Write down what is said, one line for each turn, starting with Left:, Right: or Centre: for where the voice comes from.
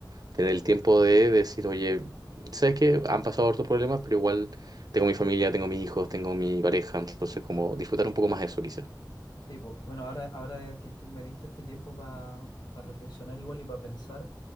Right: tener el tiempo de decir, oye, sabes que han pasado otros problemas, pero igual tengo mi familia, tengo mis hijos, tengo mi pareja, entonces como disfrutar un poco más eso, quizá.
Left: Sí, pues, bueno, ahora, ahora que tú me diste este tiempo para reflexionar igual y para pensar,